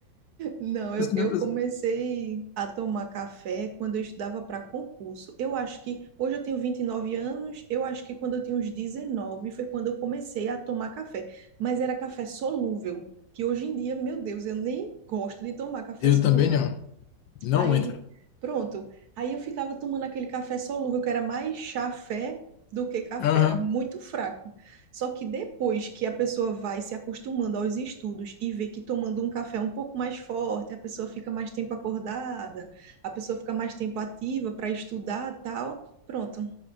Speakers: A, on the right; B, on the left.
A: Não,
B: É por
A: eu,
B: isso que
A: eu
B: minha pressão...
A: comecei a tomar café quando eu estudava para concurso. Eu acho que hoje eu tenho 29 anos, eu acho que quando eu tinha uns 19 foi quando eu comecei a tomar café, mas era café solúvel, que hoje em dia, meu Deus, eu nem gosto de tomar café
B: Eu
A: solúvel.
B: também não. Não
A: Aí,
B: entra.
A: pronto. Aí eu ficava tomando aquele café solúvel, que era mais chafé do que café,
B: Aham,
A: era muito fraco. Só que depois que a pessoa vai se acostumando aos estudos e vê que tomando um café é um pouco mais forte, a pessoa fica mais tempo acordada, a pessoa fica mais tempo ativa para estudar, tal, pronto.